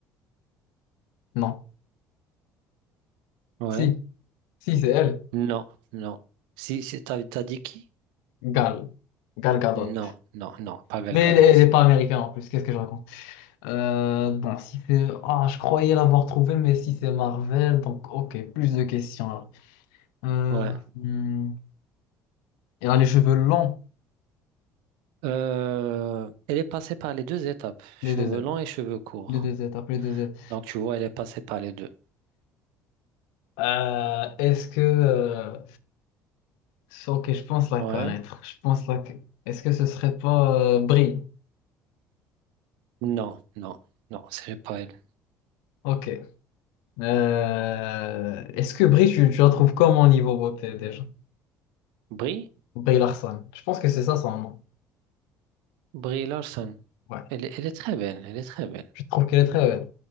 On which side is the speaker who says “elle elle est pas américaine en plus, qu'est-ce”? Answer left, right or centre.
Left